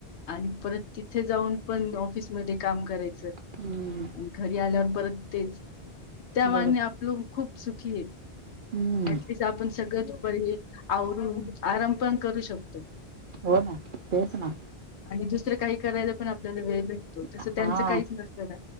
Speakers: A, on the left (about 80°); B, on the right (about 60°).
A: आणि परत तिथे जाऊन पण ऑफिसमध्ये काम करायच अन
B: हम्म
A: घरी आल्यावर परत तेच त्यामानानं
B: बरोबर
A: आपलं खूप सुखी हे
B: हम्म
A: ऍटलिस्ट आपण सगळं पर <unintelligible> आवरून आराम पण करू शक
B: हो ना तेच ना.
A: आणि दुसरं काही करायला पण आपल्याला वेळ भेटतो तसं
B: हा
A: त्यांचं काहीच नसतं ना.